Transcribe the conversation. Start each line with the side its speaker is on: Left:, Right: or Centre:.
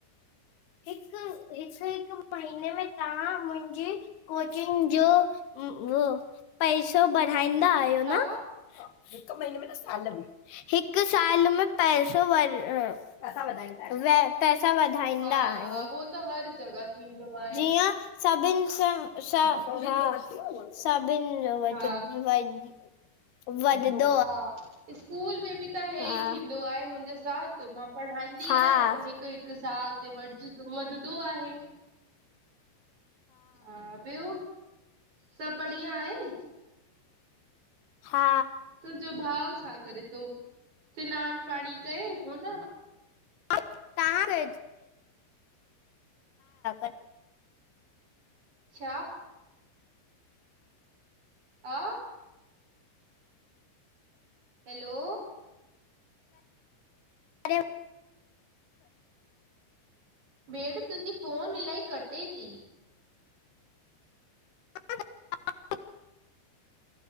Left: हिकु हिकु हिकु महीने में तव्हां मुंहिंजी कोचिंग जो उह, पैसो बड़ाईंदा आहियो न?
Right: हा
Left: हिक महीने में न साल में। हिकु साल में पैसो व, पैसा वधाईंदा वधाईंदा
Right: हा
Left: आहियो। आहियूं
Right: हा वो त हर जॻह थींदो आहे।
Left: जीअं सभिनी सां हा सभिनी जो वध
Right: हा
Left: वध वधदो
Right: आ। स्कूल में बि त हे
Left: हा
Right: ई थींदो आहे मुंहिंजे साथ। त मां पढ़ाईंदी
Left: हा
Right: आहियां त हिकु हिकु साल ते वध, वधंदो आहे। हा ॿियो, सभु बढ़िया आहे?
Left: हा।
Right: तुंहिंजो भाउ छा करे थो? सिनानु पाणी करे हो न?
Left: तव्हां हा <unintelligible>
Right: छा? हा। हैलो
Left: अरे
Right: भेण तुंहिंजी फोन इलाही कटे थी।
Left: <unintelligible>